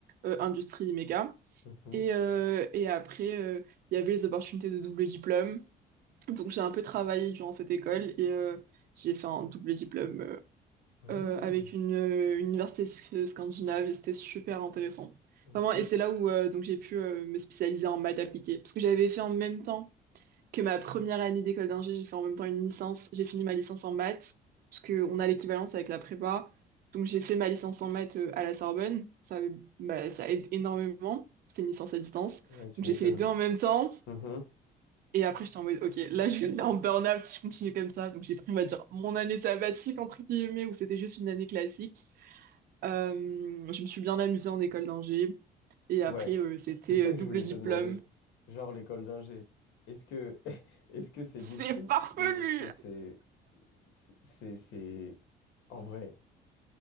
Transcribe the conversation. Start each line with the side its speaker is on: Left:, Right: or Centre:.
Right: euh, industrie méca.
Left: Mhm.
Right: Et, euh, et après, euh, il y avait les opportunités de double diplôme. Donc j'ai un peu travaillé durant cette école et euh, j'ai fait un double diplôme euh,
Left: Mmh.
Right: euh, avec une euh, une université sc- scandinave et c'était super intéressant.
Left: Ok.
Right: Vraiment, et c'est là où euh, donc j'ai pu euh, me spécialiser en maths appliquées. Parce que j'avais fait en même temps que ma première année d'école d'ingé, j'ai fait en même temps une licence. J'ai fini ma licence en maths, parce qu'on a l'équivalence avec la prépa. Donc j'ai fait ma licence en maths euh, à la Sorbonne. Ça, avait- bah, ça aide énormément. C'était une licence à distance.
Left: Ouais, tu
Right: Donc
Left: m'étonnes.
Right: j'ai fait les deux en même temps.
Left: Mhm.
Right: Et après, j'étais en mode, OK, là, je suis en burn-out si je continue comme ça. Donc, j'ai pris, on va dire, mon année sabbatique, entre guillemets, où c'était juste une année classique. Euh, je me suis bien amusée en école d'ingé. Et après,
Left: Ouais.
Right: euh, c'était
Left: C'est ça
Right: euh,
Left: que
Right: double
Left: je voulais
Right: diplôme.
Left: te demander. Genre l'école d'ingé. Est-ce que <laughs> est-ce que c'est
Right: C'est
Left: bullshit
Right: farfelu!
Left: ou est-ce que c'est c'est c'est c'est- en vrai?